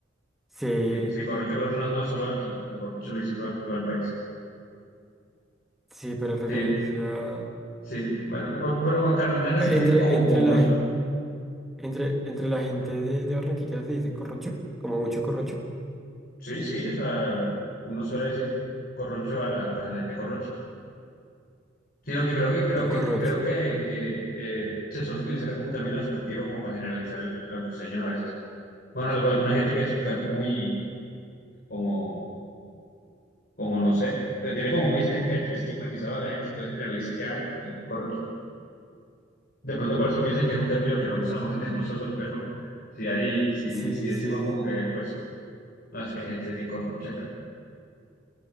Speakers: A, in the centre; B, on the left (about 55°).
A: Sí.
B: Sí, sí, corroncho creo que no, no es solo de nosotros. O sea, corroncho lo dice todo el, todo el país.
A: Sí, para referirse
B: Sí,
A: a,
B: sí. Bueno, bu- pero bueno, carrandanga
A: Eh,
B: significa
A: Entre,
B: como,
A: entre
B: como mucho.
A: la, entre, entre la gente de, de Barranquilla se dice corroncho, como mucho corroncho.
B: Sí, sí, o sea, uno suele decir corroncho a la, pues a la gente corroncha. Sino que creo que creo
A: Un
B: que
A: corroncho.
B: creo que, que, eh, se suele utilizar como un término despectivo como para generalizar el, el costeño a veces. Bueno, algo, alguna gente que es, que es muy como como no sé, que tiene como muy esti- estigmatizada a la gente, entonces generaliza que ah, los costeños son corronchos. De pronto por eso piensan que es un término que no usamos <laughs> entre nosotros, pero si hay si
A: Sí,
B: si decimos
A: sí,
B: como que pues no es que hay gente bien corroncha acá.